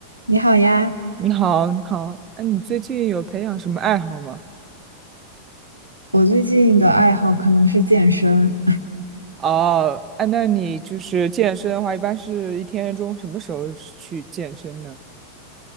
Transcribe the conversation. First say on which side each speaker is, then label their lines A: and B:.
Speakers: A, on the right (about 85°); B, on the right (about 25°).
A: 你好呀，
B: 你好，你好，哎，你最近有培养什么爱好吗？
A: 我最近的爱好可能是健身。
B: 哦，哎，那你就是健身的话，一般是一天中什么时候去健身呢？